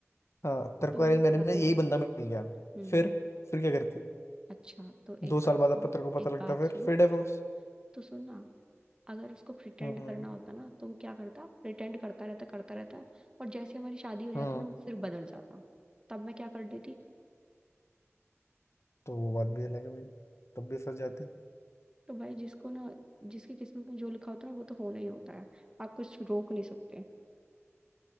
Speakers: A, on the left (about 65°); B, on the right (about 20°).
A: हाँ तेरे
B: तो
A: को
B: मेरी
A: अरेंज
B: बात
A: मैरिज में
B: नहीं
A: यही
B: समझता
A: बंदा मिल गया
B: हम्म।
A: फिर फिर क्या करती
B: अच्छा तो एक
A: दो
B: बात
A: साल बाद
B: सुन
A: अब तेरे को पता
B: एक
A: लगता
B: बात
A: फिर
B: सुन
A: फिर डिवोर्स
B: तो सुन ना अगर उसको प्रिटेंड
A: हम्म
B: करना होता ना तो वो क्या करता प्रिटेंड करता रहता करता रहता और जैसे हमारी शादी हो जाती
A: हम्म
B: ना वो फिर बदल जाता तब मैं क्या कर देती
A: तो वो बात भी अलग है भाई तब भी फंस जाती
B: तो भाई जिसको ना जिसकी किस्मत में जो लिखा होता है ना वो तो होना ही होता है आप कुछ रोक नहीं सकते